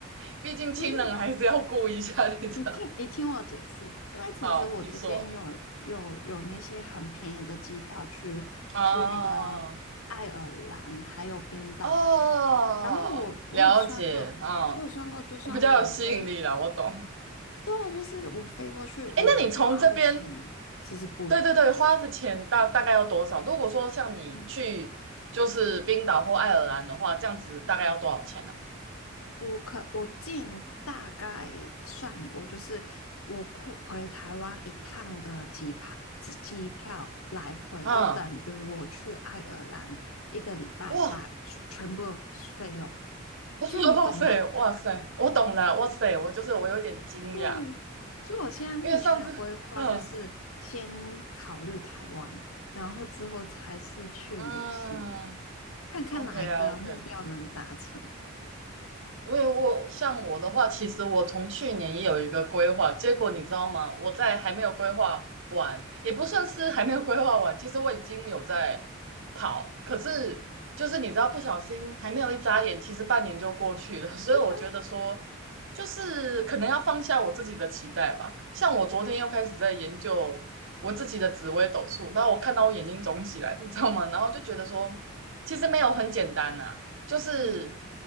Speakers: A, on the right (about 65°); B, on the left (about 85°).
A: 毕竟亲人还是要顾一下，
B: 不是
A: 你知道
B: 你听你听我解释，因为其实我这边有有有那些很便宜的机票去去那个爱尔兰还有冰岛，
A: 好，你说啊，哦，
B: 然后我我有算过，
A: 了解，嗯，
B: 我有算过，就算我飞，
A: 我比较有吸引力了，我懂。
B: 对，就是我飞过去，
A: 哎，
B: 我花的钱其实不，
A: 那你从这边，对对对，花的钱大大概要多少？如果说像你去就是冰岛或爱尔兰的话，
B: 嗯，
A: 这样子大概要多少钱呢、
B: 我可我之前大概算过，就是我回回台湾一趟的机票，机票来回就等于我去爱尔兰一个礼拜大全部费用，
A: 啊？嗯，哇，<laughs>
B: 所以你懂吗？
A: 哇塞，哇塞，
B: <laughs>
A: 我懂了，哇塞，我就是我有点惊讶，
B: 对，所以我现在目前的规划就是先考虑台湾，
A: 因为上次，嗯
B: 然后之后才是去旅行，
A: 嗯
B: 看看哪一个目标能达成。
A: ，OK 啊，OK。因为我像我的话，其实我从去年也有一个规划，结果你知道吗？我在还没有规划完，也不算是还没有规划完，其实我已经有在跑，可是就是你知道，不小心还没有一眨眼，其实半年就过去了，<laughs> 所以我觉得说，
B: 对啊，
A: 就是可能要放下我自己的期待吧。像我昨天又开始在研究我自己的紫微斗数，然后我看到我眼睛肿起来，你知道吗？然后就觉得说，其实没有很简单呐、就是
B: 嗯，